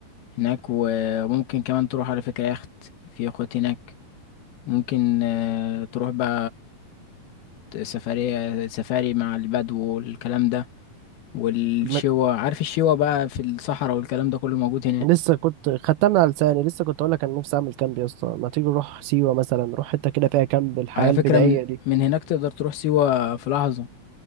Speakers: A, on the left (about 80°); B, on the right (about 80°).
A: هناك وممكن كمان تروح على فكرة يخت في يخوت هناك ممكن آه، تروح بقى سفرية سفاري مع البدو والكلام ده والشوا
B: م-
A: عارف الشوا بقى في الصحراء والكلام ده كله موجود هناك
B: لسه كنت خدتها من على لساني لسه كنت اقول لك انا نفسي اعمل كامب يا اسطى ما تيجي نروح سيوه مثلا نروح حته كده فيها كامب الحياه
A: على
B: البدائيه
A: فكرة من
B: دي
A: من هناك تقدر تروح سيوة في لحظة